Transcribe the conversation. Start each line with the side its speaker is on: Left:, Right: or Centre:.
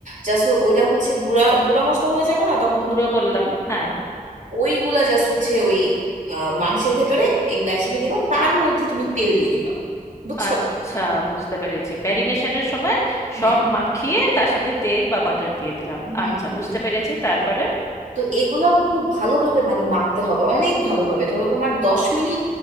Right: জাস্ট ওইটা হচ্ছে গুঁড়া গুঁড়া মশলা হয়ে যাবে না তখন
Left: গুঁড়ো
Right: তুমি
Left: করলাম
Right: হ্যাঁ,
Left: হ্যাঁ
Right: ওইগুলা জাস্ট হচ্ছে ওই আহ, মাংসের ভেতরে এগুলো একসাথে দিবা তার মধ্যে তুমি তেল দিয়ে দিবা বুঝছো
Left: আচ্ছা বুঝতে পেরেছি
Right: হুম।
Left: ম্যারিনেশনের সময়
Right: হ্যাঁ
Left: সব মাখিয়ে তার সাথে তেল বা বাটার দিয়ে দিলাম
Right: হুম, হুম,
Left: আচ্ছা
Right: হুম।
Left: বুঝতে পেরেছি তারপরে
Right: তো এগুলো খুব ভালোভাবে মানে মাখতে হবে অনেক ভালোভাবে ধরো তোমার দশ মিনিট